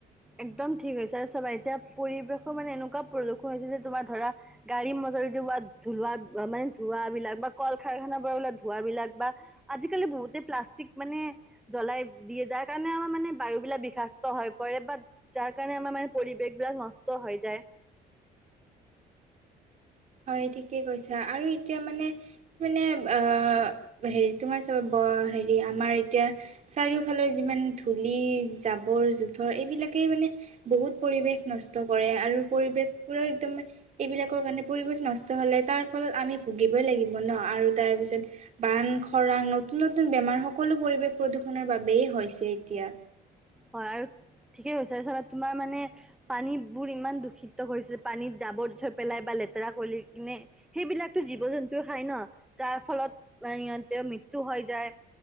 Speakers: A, in the centre; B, on the right.
A: একদম ঠিক হৈছে আৰু চাবা এতিয়া পৰিৱেশৰ মানে এনেকুৱা প্ৰদূষণ হৈছে যে তোমাৰ ধৰা গাড়ী ম গাড়ী পৰা উলুৱা মানে ধোৱাবিলাক বা কল কাৰখানাৰ পৰা ওলোৱা ধোৱাবিলাক বা আজিকালি বহুতে প্লাষ্টিক মানে জ্বলাই দিয়ে যাৰ কাৰণে আমাৰ মানে বায়ুবিলাক বিষাক্ত হয়। কৰে বা যাৰ কাৰণে আমাৰ মানে পৰিৱেশ বিলাক নষ্ট হৈ যায়।
B: <inaudible> হয় ঠিকে কৈছা আৰু এতিয়া মানে কি মানে অহ হেৰি তোমাৰ চব অহেৰি আমাৰ এতিয়া চাৰিওফালৰ যিমান ধূলি জাবৰ জোথৰ এইবিলাকে এতিয়া মানে বহুত পৰিৱেশ নষ্ট কৰে আৰু পৰিৱেশ বোৰে একদম এইবিলাকৰ কাৰণে পৰিৱেশ নষ্ট হ'লে তাৰ ফলত আমি ভুগিবয়ে লাগিব ন আৰু তাৰপিছত বান খৰাং ন নতুন নতুন বেমাৰ সকলো পৰিৱেশ প্ৰদূষণৰ বাবেই হৈছে এতিয়া।
A: হয় আৰু ঠিকেই কৈছে তোমাৰ মানে পানীবোৰ ইমান দূষিতছে হৈছে যে পানীত জাবত থৈ পেলাই প লেতেৰা কৰি কিনে সেইবিলাকো জীৱ জন্তু খাই ন যাৰ ফলত ম সিহঁতৰ মৃত্যুৰ হৈ যায়